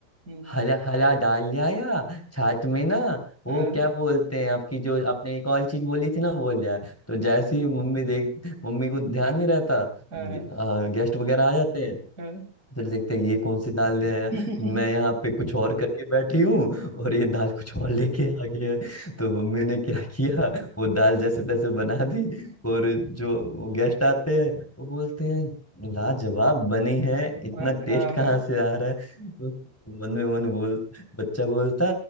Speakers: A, on the right (about 20°); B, in the centre.
A: हम्म,
B: हरा हरा दाल ले आया छाछ में ना वो
A: हाँ,
B: क्या बोलते हैं आपकी जो आपने एक और चीज बोली थी ना वो ले आया तो जैसे ही मम्मी देख मम्मी को ध्यान नहीं रहता
A: हाँ,
B: गे-
A: हाँ,
B: आ, गेस्ट वगैरह आ जाते हैं
A: हाँ, हाँ,
B: फिर देखते हैं ये कौन सी दाल ले आया
A: हाँ,
B: मैं यहाँ पे कुछ और करके बैठी हूँ और ये दाल कुछ और लेके आ गया है। तो मम्मी ने क्या किया वो दाल जैसे तैसे बना दी और जो गेस्ट आते हैं वो बोलते हैं लाजवाब बनी है इतना
A: हाँ, हाँ,
B: टेस्ट
A: हाँ,
B: कहाँ
A: हाँ,
B: से आ रहा है तो मन में मन बोल बच्चा बोलता